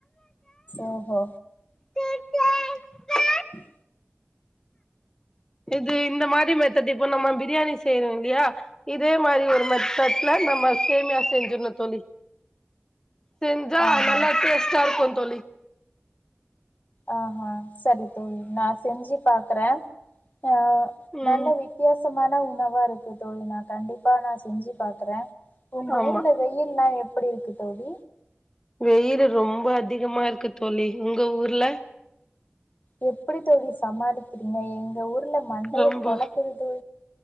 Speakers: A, on the left (about 45°); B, on the left (about 15°).
A: ஓஹோ
B: <unintelligible>
A: ம்
B: இது இந்த மாரி மெத்தட் இப்போ நம்ம பிரியாணி செய்றோம் இல்லயா இதே மாரி ஒரு ம கடல நம்ம சேமியா சே என்ன தோழி செஞ்சா
A: ஆஹா
B: நல்லா டேஸ்ட இருக்கும் தோழி
A: ஆஹஹ செரி தோழி நான செஞ்சு பாக்குறேன் ஆ
B: ம்
A: நல்ல வித்தியாசோ மான உணவா இருக்கு தோழி நா கண்டிப்பா நான செஞ்சு பாக்குறேன் உங்க
B: ஆமா
A: ஊர்ல வெயில்லாம் எ எப்டி இருக்கு தோழி
B: வெயில் ரொம்ப அதிகமா இருக்கு தோழி உங்க ஊர் இல்ல
A: எப்டி தோழி சமாளிக்கிறீங்க எங்க ஊர் ல மண்டைய
B: ரொம்ப
A: பொலக்குறது